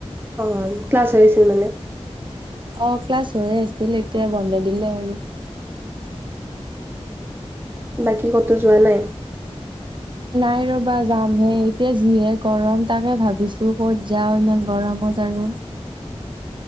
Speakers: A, on the right; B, on the right.
A: অ ক্লাছ হৈ আছিল মানে।
B: অ ক্লাছ হৈয়ে আছিল এতিয়া বন্ধ দিলে আৰু।
A: বাকী ক'তো যোৱা নাই?
B: নাই ৰবা যাম হে, এতিয়া যিহে গৰম তাকে ভাবিছো ক'ত যাও ইমান গৰম। কত আৰু?
A: <inaudible>